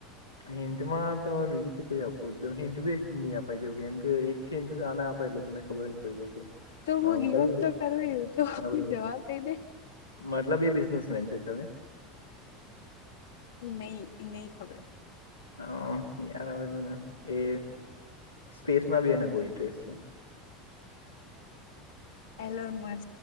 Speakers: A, on the left (about 80°); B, on the left (about 65°).
A: હિંટમાંમે બીજીું તો કઈ આપો એકમ હિંન્ટ બી એક નહી અાઈ કેમ કે એક ંચ આને આપે ત ખબર જ પડી જ હશે
B: તો હું
A: હા
B: ગીવઅપ તો કરવી તો
A: ત
B: જવાબ દઈ દે
A: મતલબ એ બિઝનેસ છેતા
B: નહી નહી ખબર
A: હ યારજ એ સ્પેસમાં બી એને બહુ ઇન્ટરેસ્ટ છે
B: એલો નમાં